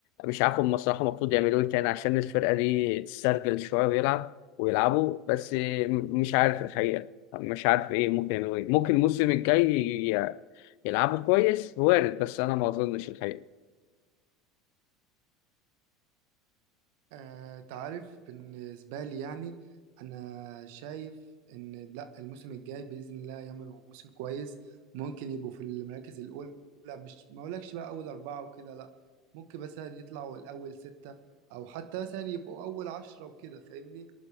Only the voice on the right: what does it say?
آه، تعرف بالنسبه لي يعني انا شايف ان لا الموسم الجاي باذن الله يمن هو موسم كويس ممكن يبقوا في المراكز الاولى لا مش ما اقولكش بقى اول اربعه وكده لا ممكن مثلا يطلعوا الاول سته او حتى مثلا يبقوا اول عشره وكده فاهمني